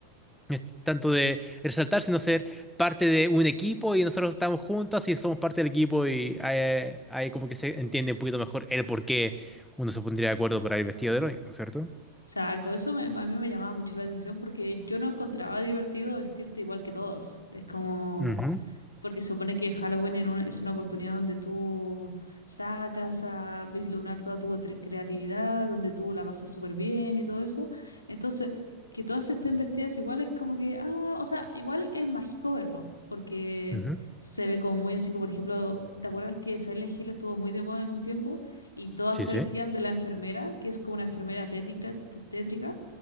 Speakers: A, in the centre; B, on the left (about 80°).
A: no es tanto de resaltar, sino ser parte de un equipo y nosotros estamos juntos y somos parte del equipo y ahí, ahí como que se entiende un poquito mejor el por qué uno se pondría de acuerdo para ir vestido de lo mismo, ¿cierto?
B: Exacto. Eso me- a mí me llamaba mucho la atención porque yo no encontraba divertido vestirte igual que todos. Es como...
A: Ujú,
B: Porque se supone que Halloween en una- es una oportunidad donde tú sacas a vislumbrar toda tu cre- creatividad, donde tú la pasas súper bien y todo eso. Entonces, que todas estén vestidas igual es como que, ah, o sea, igual es mágico verlo, porque
A: ujú.
B: se ve como muy así, como por ejemplo, ¿te acuerdas que Silent Hill estuvo muy de moda en un tiempo y todas
A: Sí,
B: se
A: sí,
B: vestían de la enfermera, que es como una enfermera tétrica, tétrica?